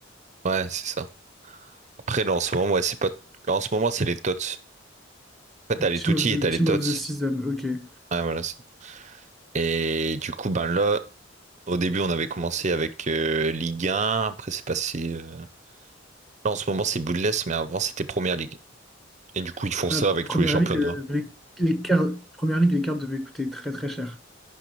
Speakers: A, on the right; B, in the centre.
A: Ouais, c'est ça. Après, là, en ce moment, ouais, c'est pas... là, en ce moment, c'est les tots. En fait,
B: Donc,
A: t'as les
B: Team
A: Tutti
B: of the,
A: et t'as
B: Team
A: les tots.
B: of the Season, ok.
A: Ouais, voilà. c'est- Et du coup, ben là, au début, on avait commencé avec euh, Ligue 1. Après, c'est passé. euh, Là, en ce moment, c'est Bundesliga, mais avant, c'était Première Ligue. Et du coup, ils font ça
B: Ah,
A: avec
B: première
A: tous les championnats.
B: ligue, euh, les, les cartes... première ligue, les cartes devaient coûter très très cher.